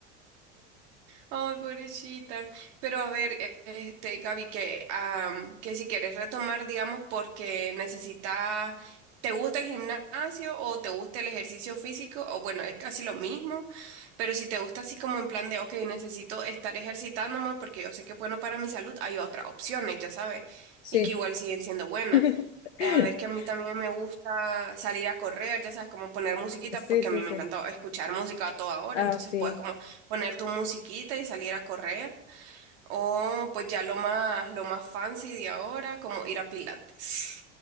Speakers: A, on the right; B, on the left.
A: Ay, pobrecita. Pero a ver, e- este, Gaby, que, am, que si quieres retomar, digamos, porque necesitas, ¿te gusta el gimnasio o te gusta el ejercicio físico? O bueno, es casi lo mismo, pero si te gusta así como en plan de, ok, necesito estar ejercitándome porque yo sé que es bueno para mi salud, hay otras opciones, ya sabes,
B: Sí.
A: y que igual siguen siendo buenas.
B: <laughs>
A: Eh, A ver, que a mí también me gusta salir a correr, ya sabes, como poner musiquita,
B: Sí,
A: porque
B: sí,
A: a mí
B: sí.
A: me encanta escuchar música a toda hora,
B: Ah,
A: entonces
B: sí.
A: puedes como poner tu musiquita y salir a correr, o pues ya lo más, lo más fancy de ahora, como ir a Pilates.